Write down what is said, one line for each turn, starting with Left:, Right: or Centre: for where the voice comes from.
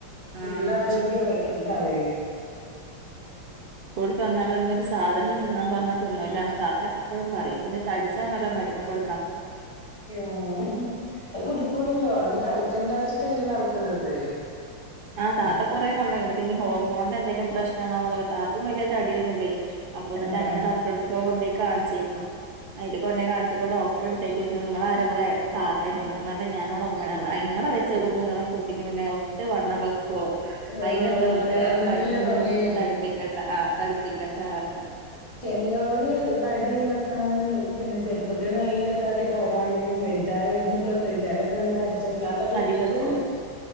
Right: ഉം
Left: ഇള്ള ആരോഗ്യം ങ്ങ് കളയും
Right: ട്ട് വന്നാല്ലൊന്നൊരു സാധനം തിന്നാൻ പറഞ്ഞ തിന്നൂല്ലാന്ന് താത്ത എപ്പഴും പറയും പിന്നെ തടിച്ചാ നല്ല മരുന്നും കൊടു
Left: ഏ ഉം അത് കുടിക്കൂലല്ലോ അവര് തടിക്കണ്ടച്ചിട്ടല്ലേ നടക്ക ക്കണത്
Right: ആഹ് താത്ത കൊറെ കൊണ്ടയിണ്ട് ന്നിട്ട്നി ഹോർമോണിൻ്റെ എന്തെലും പ്രശ്നാണാവോ പറഞ്ഞ് താത്തിം വല്ല്യ തടിയൊന്നുംല്ലേ അപ്പന്നിട്ടങ്ങനെ
Left: ആഹ് ആഹ്
Right: ഡോക്ടറടുത്തിക്കൊക്കെ കൊണ്ടോയി കാണിച്ചിരുന്നു അയിൻ്റെ കൊണ്ടേ കാണിച്ചപ്പോ ഡോക്ടറ് ഇടുത്തഴിക്ക് ചോച്ച്ണു നിങ്ങള് ആര ഇവളെ താ ത്തായന്നൊയിച്ച്ക്കുണു അല്ല ഞാനോളടെ ഉമ്മാണ്റഞ്ഞ് ആ ഇങ്ങളെ വെച്ചോക്കുമ്പോ ഇങ്ങളെ കുട്ടീക്ക് പിന്നെ ഒട്ട് വ ണ്ണം വയ്ക്കോ
Left: ആഹ്
Right: അയിന് വെറുതെ
Left: അതന്നെല്ലേ
Right: മരുന്നൊന്നും
Left: പറയാ
Right: കൊടുത്തിട്ട് തടിപ്പിക്ക ണ്ട ആഹ് തടിപ്പിക്കണ്ടാർഞ്ഞു
Left: ചെലോര് തടി വെക്കണോന്നെവും പിന്നെ ചെറുപ്പത്തില് നല്ല തടി കുറവാണെങ്കിലും വലുത യി ഒന്ന് പ്രസവിച്ചാലൊക്കെങ്ങട് തടി വെച്ചുവിന്നെ ആ നടി
Right: തടി
Left: പൂവന്നല്ല്യ
Right: വെക്കും